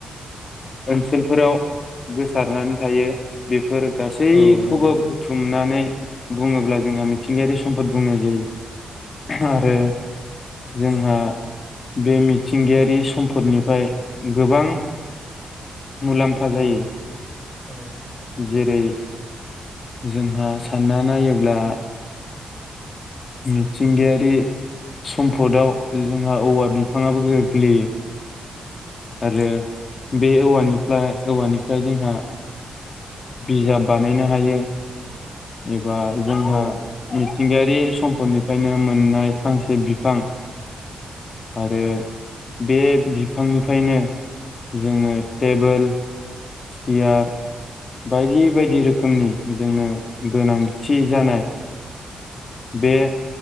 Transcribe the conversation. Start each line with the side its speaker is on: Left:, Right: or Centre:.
Left: ओनसोलफोराव गोसारनानै थायो बे फोर गासैखौबो
Right: औ नोंथां
Left: बुथुमनानै बुङोब्ला जोंहा मिथिंगायारि सम्पद बुंनाय जायो। आरो
Right: औ
Left: जोंहा बे मिथिंगायारि सम्पदनिफ्राय गोबां मुलाम्फा जायो।
Right: नोंथां
Left: जेरै जोंहा सानना नायोब्ला मिथिंगायारि सम्फदाव जोंहा औवा बिफाङाबो गोग्लैयो आरो बे औवानिफ्ला औवानिफ्राय जोंहा बिजाब बानायनो हायो। एबा जोंहा
Right: औ
Left: मिथिंगायारि सम्पदनिफ्रायनो मोननाय फांसे बिफां आरो बे बिफांनिफ्रायनो जोङो टेबोल सियार बायदि बायदि रोखोमनि जोंनो गोनांथि जानाय बे